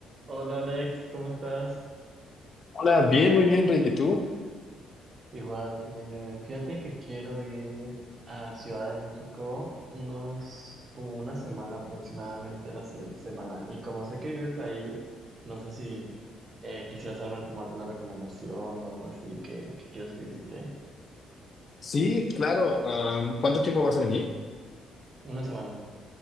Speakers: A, on the right; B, on the left.
A: Hola Alex, ¿cómo estás?
B: Hola, bien, muy bien, Ricky. ¿Tú?
A: Igual, bien, bien, bien. Fíjate que quiero ir a Ciudad de México unos, como una semana aproximadamente la siguiente semana. Y como sé que vives ahí, no sé si eh, quisieras darme como alguna recomendación o algo así que, que quieras que visite.
B: Sí, claro. am, ¿cuánto tiempo vas a venir?
A: Una semana.